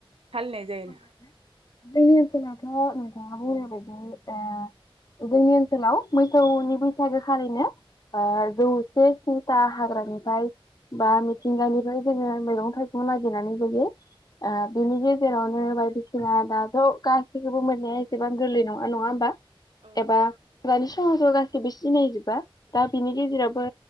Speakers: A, on the right (about 70°); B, on the left (about 40°).
A: फालिनाय जायो?
B: जोंनि ओनसोलावथ' नोंथाङा बुंनाय बादिनो ओ जोंनि ओनसोलाव मोसौनि बैसागो खारैनो ओ जौसे स्निथा हाग्रानिफ्राय बा मिथिंगानिफ्राय जोङो मैगं थाइगं नागिरनानै जायो ओ बेनि गे जेरावनो बायदिसिना दाथ' गासिखौबो मोननाया एसेबां गोरलै नङा नङा होमबा?
A: औ
B: एबा दानि समाव ज' गासैबो सिनायजोबा दा बिनि गेजेरावबो